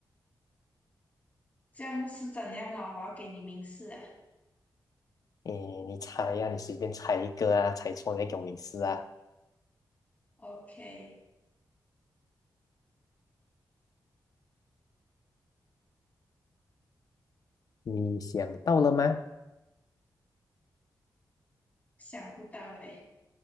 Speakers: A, on the left; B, on the left.
A: 这样是怎样啊？我要给你明示啊。
B: 诶，你猜呀、你随便猜一个啊，猜错你再给我明示啊。
A: OK，
B: 你想到了吗
A: 想不到诶，